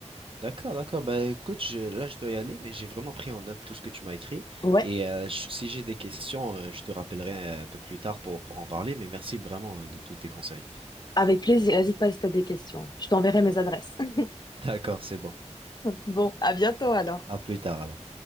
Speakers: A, on the right; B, on the left.
A: D'accord, d'accord. Bah écoute, je- là je dois y aller, mais j'ai vraiment pris en note tout ce que tu m'as écrit.
B: Ouais,
A: Et euh, je- si j'ai des questions, euh, je te rappellerai euh, un peu plus tard pour, pour en parler, mais merci vraiment euh, de tous tes conseils.
B: avec plaisir. N'hésite pas si t'as des questions. Je t'enverrai mes adresses. <laughs>
A: D'accord, c'est bon.
B: Bon, à bientôt alors.
A: À plus tard alors.